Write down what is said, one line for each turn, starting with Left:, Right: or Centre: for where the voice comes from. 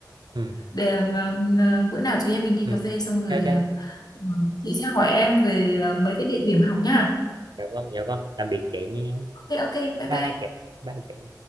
Right: ừ
Left: để, ờ, ờ, bữa nào chúng em mình đi
Right: ừ
Left: cà phê xong
Right: ok
Left: rồi
Right: ok
Left: ờ, chị sẽ hỏi em về ờ, mấy cái địa điểm học nha.
Right: dạ vâng dạ vâng tạm biệt chị nha
Left: Thế ok, bye
Right: bye
Left: bye.
Right: chị bye chị